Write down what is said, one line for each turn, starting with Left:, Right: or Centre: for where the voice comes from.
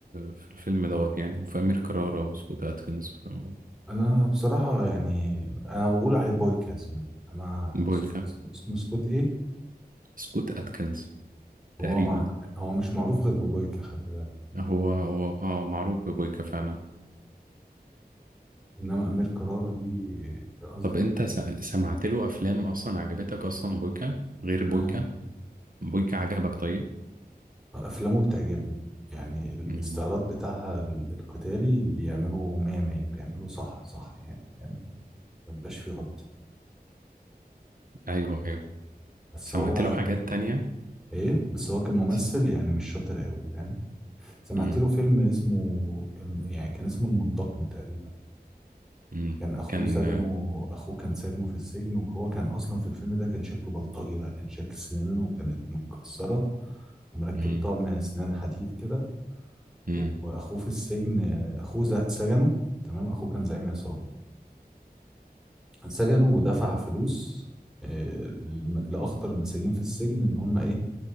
Right: في الفيلم دوت يعني وفي امير كرارة وسكوت اتكنز في العموم؟
Centre: انا بصراحة يعني انا بقول عليه بويكا يا زميلي اما
Right: بويكا
Centre: اسمه اسمه سكوت ايه
Right: سكوت اتكنز
Centre: هو
Right: تقريبا
Centre: مع... هو مش معروف غير ببويكا خلي بالك
Right: هو هو اه معروف ببويكا فعلا
Centre: انما امير كرارة دي قصدي
Right: طب انت س... سمعت له افلام اصلا عجبتك اصلا بويكا غير بويكا
Centre: آه،
Right: بويكا عجبك طيب
Centre: افلامه بتعجبني يعني الاستعراض
Right: أمم.
Centre: بتاعها ال- القتالي بيعملوا مية مية بيعملوا صح صح يعني يعني ما بيبقاش فيه غلط
Right: ايوه ايوه
Centre: بس
Right: سمعت
Centre: هو
Right: له حاجات تانية
Centre: ايه بس هو كممثل
Right: س...
Centre: يعني مش شاطر قوي فاهم سمعت
Right: مم.
Centre: له فيلم اسمه الم- يعني كان اسمه المنتقم تقريبا
Right: مم.
Centre: كان اخوه
Right: كان
Centre: سجنه اخوه كان سجنه في السجن وهو كان اصلا في الفيلم ده كان شكله بلطجي بقى كان شكل سنانه كانت متكسره ومركب
Right: مم.
Centre: طقم سنان حديد كده
Right: مم.
Centre: واخوه في السجن اخوه ز- سجنه تمام اخوه كان زعيم عصابه سجنه ودفع فلوس آه، لم- لاخطر المساجين في السجن ان هم ايه